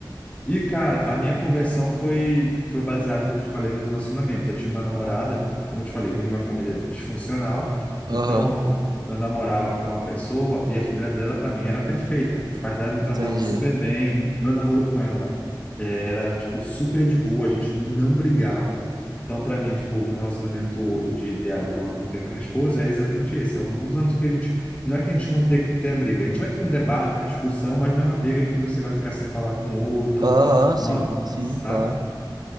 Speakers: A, on the left (about 20°); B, on the right (about 55°).
A: E, cara, a minha conversão foi, foi baseada, como eu te falei, no relacionamento. Eu tinha uma namorada, como eu te falei, eu vim de uma família disfuncional,
B: aham.
A: então eu namorava com uma pessoa e a família dela, para mim, era perfeita. Os pais dela me
B: Entendi.
A: tratavam super bem, meu namoro com ela eh, era, tipo, super de boa, a gente não brigava. Então, para mim, tipo, um relacionamento de ideal que é o que eu tenho com a minha esposa é exatamente esse. É Alguns anos que a gente. Não é que a gente não tenha, tenha briga, a gente vai ter um debate, uma discussão, mas não é uma briga que você vai ficar sem falar com o outro
B: Aham, sim,
A: uma,
B: sim,
A: sabe?
B: claro.